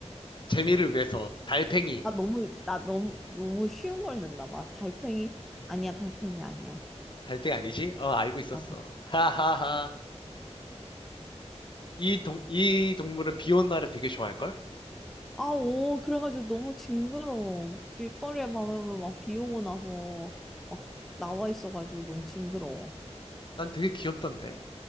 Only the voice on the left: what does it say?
재미를 위해서 달팽이
달팽이 아니지? 어 알고 있었어.
하하하. 이 동, 이 동물을 비온 날에 되게 좋아할걸?
난 되게 귀엽던데.